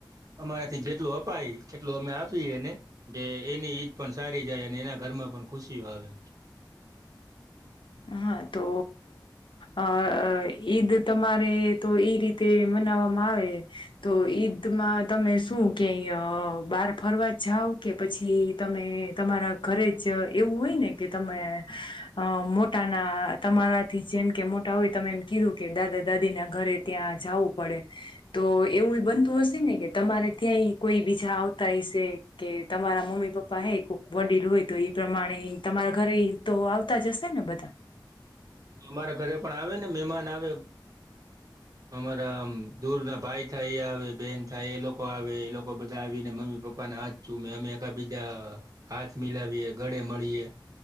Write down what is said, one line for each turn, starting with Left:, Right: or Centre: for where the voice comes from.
Right: અમારાથી જેટલું અપાય એટલું અમે આપીએ એને કે એની ઈદ પણ સારી જાય અને એના ઘરમાં પણ ખુશીઓ આવે
Left: હા તો અ ઈદ તમારે તો એઈ રીતે મનાવવામાં આવે તો ઈદ માં તમે શું કે અ બાર ફરવા જાવ કે પછી તમે તમારા ઘરે જ એવું હોય ને કે તમે અ મો મોટાના તમારાથી જેમ કે મોટા હોય તમે એમ કીધું કે દાદા દાદી ના ઘરે ત્યાં જવું પડે તો એવું બનતું હશે ને કે તમારે ત્યાંય કોઈ બીજા આવતા હશે કે તમારા મમ્મી પપ્પા હે કોઈક વડીલ હોય તો એ પ્રમાણે તમારા ઘરે તો આવતા જ હશે ને બધા
Right: અમારા ઘરે પણ આવે ને મહેમાન આવે અમારા દૂર ના ભાઈ થાય એ આવે બેહેન થાય એ લોકો આવે એ લોકો બધા આવીને મમ્મી પપ્પાના હાથ અમે એક બીજા હાથ મિલાવીએ ગળે મળીએ